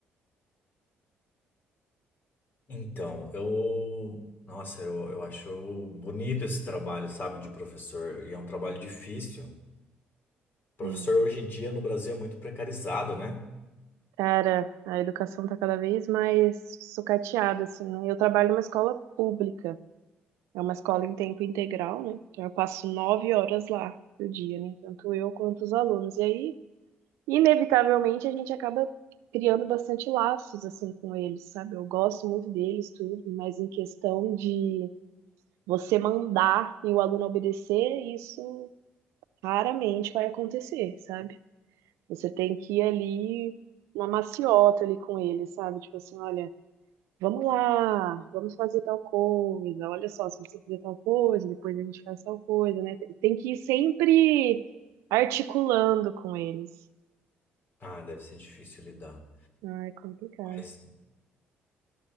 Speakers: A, on the left; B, on the right.
A: Então, eu. Nossa, eu, eu acho bonito esse trabalho, sabe, de professor. E é um trabalho difícil. Professor
B: É.
A: hoje em dia no Brasil é muito precarizado, né?
B: Cara, a educação tá cada vez mais sucateada, assim, né? Eu trabalho numa escola pública, é uma escola em tempo integral, né? Então eu passo nove horas lá por dia, né? Tanto eu quanto os alunos. E aí, inevitavelmente, a gente acaba criando bastante laços, assim, com eles, sabe? Eu gosto muito deles, tudo, mas em questão de você mandar e o aluno obedecer, isso raramente vai acontecer, sabe? Você tem que ir ali na maciota ali com ele, sabe? Tipo assim, olha. Vamos lá, vamos fazer tal coisa. Olha só, se você fizer tal coisa, depois a gente faz tal coisa, né? Tem tem que ir sempre articulando com eles.
A: Ah, deve ser difícil lidar.
B: Ah, é complicado.
A: Mas